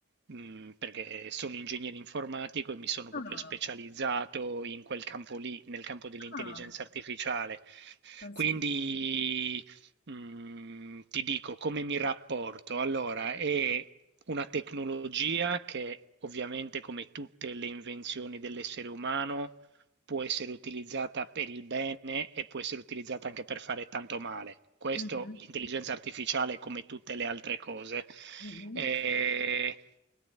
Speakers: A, on the right (about 60°); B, on the left (about 50°).
A: mh, perché sono ingegnere informatico e mi sono
B: Ah,
A: proprio specializzato in quel campo lì, nel campo dell'intelligenza
B: ah,
A: artificiale.
B: penso
A: Quindi
B: un po'.
A: mm, ti dico come mi rapporto. Allora, è una tecnologia che ovviamente, come tutte le invenzioni dell'essere umano, può essere utilizzata per il bene e può essere utilizzata anche per fare tanto male. Questo
B: Mhm,
A: l'intelligenza artificiale, come tutte le altre cose.
B: mhm,
A: Eh,